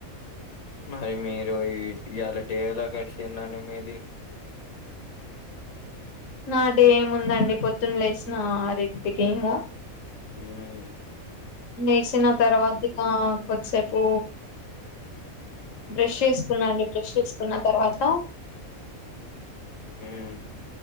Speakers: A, on the left (about 80°); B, on the left (about 65°).
A: మరి మీరు ఈ ఇయాల డే ఏలా గడిసిందండి మీది
B: నాడేముందండి పొద్దున్న లేసిన ఆరింటికేమో
A: ఉమ్
B: లేసిన తర్వాత ఇగ కొద్దిసేపు బ్రష్ యేసుకున్నా అండి బ్రష్ యేసుకున్న తర్వాత
A: ఉమ్